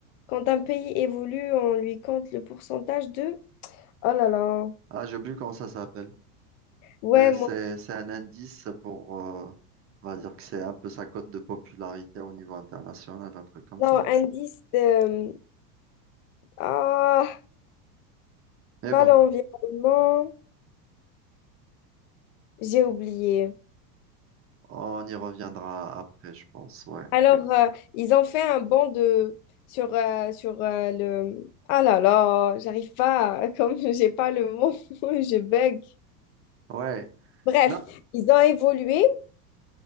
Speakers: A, on the left; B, on the right.
A: Quand un pays évolue, on lui compte le pourcentage de... Oh là là.
B: Ah, j'ai oublié comment ça s'appelle.
A: Ouais,
B: Mais c'est,
A: moi,
B: c'est un indice pour, euh, on va dire que c'est un peu sa cote de popularité au niveau international, un truc comme
A: non,
B: ça.
A: indice de... Ah,
B: Mais
A: pas
B: bon,
A: l'environnement. J'ai oublié.
B: on y reviendra après, je pense, ouais.
A: Alors, euh, ils ont fait un banc de sur euh, sur euh, le ah là là, j'arrive pas à- <laughs> comme j'ai pas le mot, <laughs> je bug.
B: Ouais,
A: Bref,
B: là,
A: ils ont évolué